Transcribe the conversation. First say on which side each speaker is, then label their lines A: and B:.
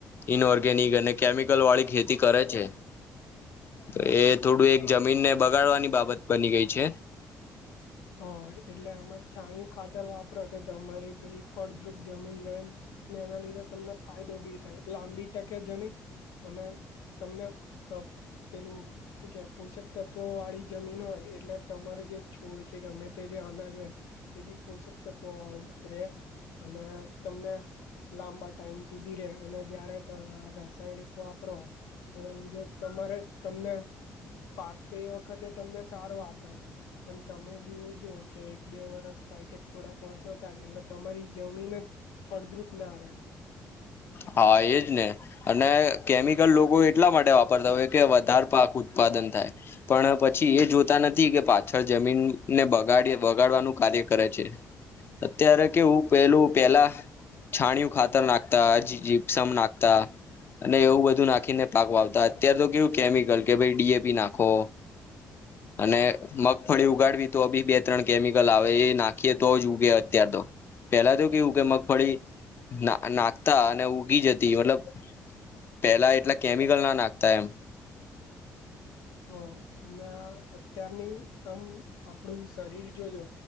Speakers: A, on the left (about 40°); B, on the left (about 80°).
A: ઇન ઓર્ગેનિક અને કેમિકલ વાળી ખેતી કરે છે. તો એ થોડું એક જમીનને બગાડવાની બાબત બની ગઈ છે.
B: હા એટલે આમાં છાણયું ખાતર વાપરો તો તમારી પેલી ફળદ્રુપ જમીન રહેને એના લીધે તમને ફાયદો બી થાય લાંબી ટકે જમીન. અને તમને પેલું શું કે પોષક તત્વો વાળી જમીન હોય એટલે તમારે જે છોડ. કે અમે તે જે અનાજ હોય, એ બી પોષક તત્વ વાળુ રે. અને તમને લાંબા ટાઈમ સુધી રે અને જયારે તમે આ રાસાયણિક વાપરો. એના લીધે તમારે તમને પાક તો એ વખતે તમને સારો આપે. પણ તમે જોવું જો કે એક બે વરસ થાય કે થોડાક વર્ષો થાય એટલે તમારી જમીન જ ફળદ્રુપ ના રેય.
A: હા, એજ ને અને કેમિકલ લોકો, એટલા માટે વાપરતા હોય કે વધારે પાક ઉત્પાદન થાય પણ પછી એ જોતા નથી કે પાછું જમીનને બગાડવાનું કાર્ય કરે છે. અત્યારે કેવું પેલું પેહલા છાણિયું ખાતર નાખતા જીપ્સમ નાખતા અને એવું બધું નાખીને પાક વાવતા, અત્યારે તો કેવું કેમિકલ કે ભાઈ ડી એ પી નાખો. અને મગફળી ઉગાડવી તો બી બે-ત્રણ કેમિકલ આવે એ નાખીએ તો જ ઉગે અત્યાર તો. પેલા તો કેવું, કે મગફળી નાખતા ઉગી જતી મતલબ પેલા એટલા કેમિકલ ના નાખતા એમ
B: હા, અને અત્યારની આમ આપડું શરીર જોજો